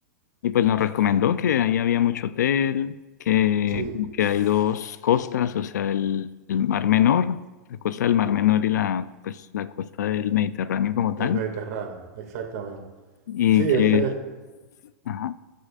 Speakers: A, on the left; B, on the right.
A: y pues nos recomendó que ahí había mucho hotel, que,
B: Sí,
A: que hay dos costas, o sea, el, el Mar Menor, la costa del Mar Menor y la, pues, la costa del Mediterráneo como
B: del
A: tal,
B: Mediterráneo, exactamente.
A: y
B: Sí,
A: que...
B: ese es.
A: ajá,